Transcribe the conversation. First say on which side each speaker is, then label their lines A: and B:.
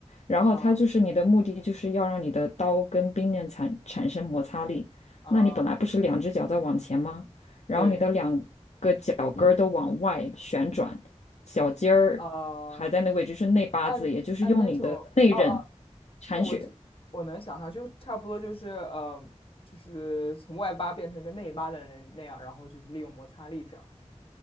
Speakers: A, on the left; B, on the left.
A: 然后它就是你的目的就是要让你的刀跟冰面产产生摩擦力。
B: 啊啊，
A: 那你本来不是两只脚在往前吗？然后你的两个脚跟儿都往外旋转，
B: 对
A: 脚尖儿还在那个位置是内八字，
B: 啊，按按那种，
A: 也就是用你的内刃
B: 哦哦
A: 铲雪。
B: 哦，我这我能想象，就差不多就是呃，就是从外八变成一个内八的人那样，然后就是利用摩擦力这样。